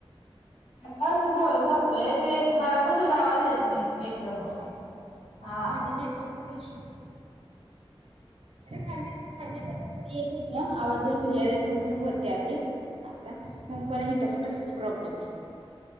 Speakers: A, on the left (about 70°); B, on the right (about 80°).
A: अगं मी बोलत होते ते मला पण तुझा आवाज येत नाही एकदमच.
B: होय, काय
A: हा
B: माहिती नेटवर्कचा इश्यू. <unintelligible> येत होता आवाज क्लिअर येत नव्हतं म्हणून वरती आले. आता मग पर इथं पण तसच प्रॉब्लेम आहे.